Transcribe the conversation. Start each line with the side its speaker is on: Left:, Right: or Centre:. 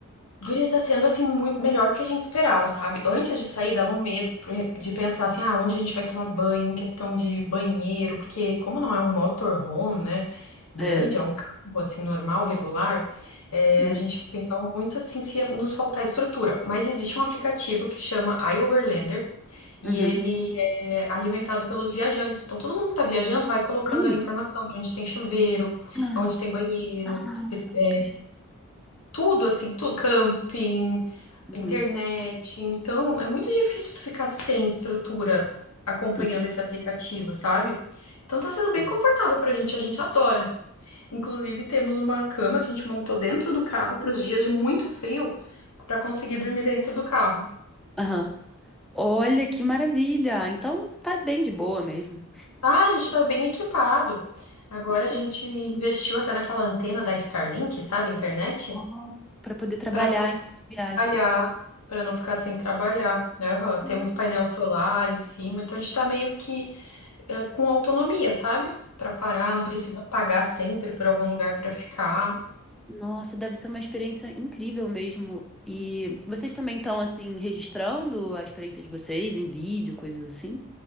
Left: Guria, tá sendo assim muito melhor do que a gente esperava, sabe? Antes de sair, dava um medo pro- de pensar assim, ah, onde a gente vai tomar banho, em questão de banheiro, porque como não é um motorhome, né, grande,
Centre: É.
Left: é um carro assim normal, regular, é,
Centre: Uhum.
Left: a gente pensava muito assim se ia nos faltar estrutura. Mas existe um aplicativo que se chama iOverlander e
Centre: Uhum.
Left: ele é alimentado pelos viajantes. Então todo mundo que tá viajando vai colocando
Centre: Hum.
Left: ali informação de onde tem chuveiro,
Centre: Ah,
Left: onde tem banheiro,
Centre: Nossa,
Left: eh,
Centre: que perfeito.
Left: tudo assim, tudo, camping
Centre: Uhum.
Left: internet. Então, é muito difícil tu ficar sem estrutura acompanhando
Centre: Uhum.
Left: esse aplicativo, sabe? Então tá sendo
Centre: Sim.
Left: bem confortável pra gente, a gente adora. Inclusive, temos uma cama que a gente montou dentro do carro para os dias de muito frio, pra conseguir dormir dentro do carro.
Centre: Aham. Olha que maravilha! Então tá bem de boa mesmo.
Left: Ah, a gente tá bem equipado. Agora
Centre: Que per-
Left: a gente investiu até naquela antena da Starlink, sabe, internet,
Centre: Ó, Pra poder trabalhar
Left: para
Centre: enquanto viaja.
Left: trabalhar, para não ficar sem trabalhar. né? Aham,
Centre: Nossa,
Left: Temos painel solar em cima, então a gente tá meio que é, com autonomia, sabe? Pra parar, não precisa pagar sempre por algum lugar pra ficar.
Centre: nossa, deve ser uma experiência incrível mesmo. E vocês também estão assim registrando a experiência de vocês em vídeo, coisas assim?